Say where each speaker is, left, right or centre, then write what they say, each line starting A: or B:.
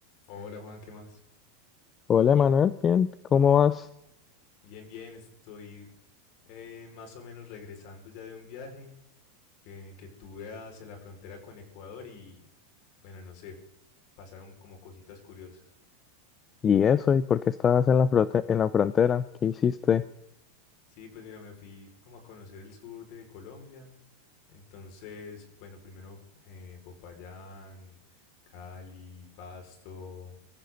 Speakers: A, on the left (about 50°); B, on the left (about 20°).
A: Hola Juan, ¿qué más?
B: Hola Manuel, bien, ¿cómo vas?
A: Bien, bien, estoy eh, más o menos regresando ya de un viaje que, que tuve hacia la frontera con Ecuador y bueno, no sé, pasaron como cositas curiosas.
B: ¿Y eso? ¿Y por qué estabas en la frote- en la frontera? ¿Qué hiciste?
A: Sí, pues mira, me fui como a conocer el sur de Colombia. Entonces, bueno, primero eh, Popayán, Cali, Pasto,